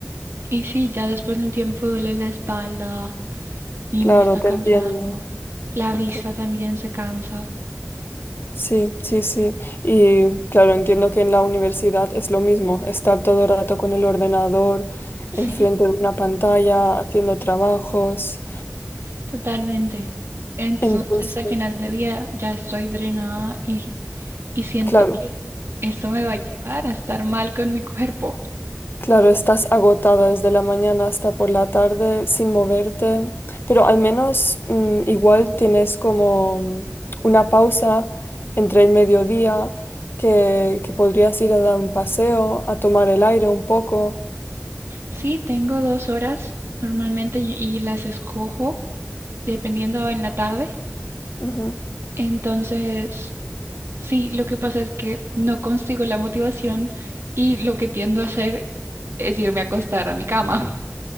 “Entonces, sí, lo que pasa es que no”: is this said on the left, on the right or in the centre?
Right